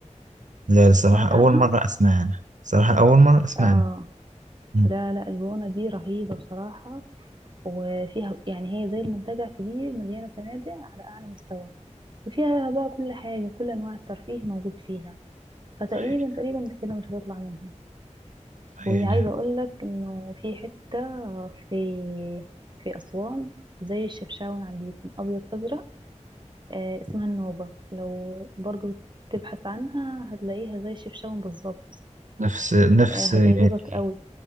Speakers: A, on the right; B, on the right.
A: لا الصراحة
B: سمعت
A: أول
B: عنها
A: مرة أسمع عنها صراحة أول مرة أسمع
B: اه
A: عنها مم،
B: لا لا الجونة دي رهيبة بصراحة وفيها يعني هي زي المنتجع كبير مليانة فنادق على أعلى مستوى وفيها بقى كل حاجة كل أنواع الترفيه موجود فيها فتقريبا
A: صحيح
B: تقريبا انت كده مش هتطلع منها
A: صحيح
B: وعايزة
A: نعم
B: أقولك إنه في حتة في في أسوان زي الشفشاون عندكم أبيض فأزرق آه، اسمها النوبة لو برضو تبحث عنها هتلاقيها زي الشفشاون بالظبط
A: نفس نفس
B: آه،
A: يعني
B: هتعجبك قوي